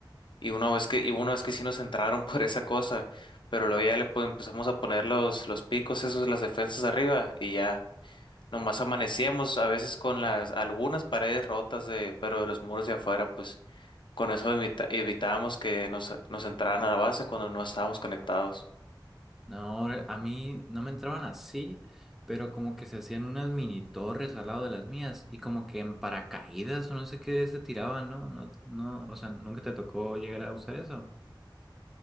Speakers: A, on the left; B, in the centre.
A: y una vez que, y una vez que sí nos entraron <laughs> por esa cosa, pero luego ya le pues, empezamos a poner los, los picos, esos, las defensas arriba y ya. Nomás amanecíamos a veces con las algunas paredes rotas de, pero de los muros de afuera, pues con eso evita- evitábamos que nos, nos entraran a la base cuando no estábamos conectados.
B: No, a mí no me entraban así, pero como que se hacían unas mini torres al lado de las mías y como que en paracaídas o no sé qué se tiraban, ¿no? No, no, o sea, nunca te tocó llegar a usar eso.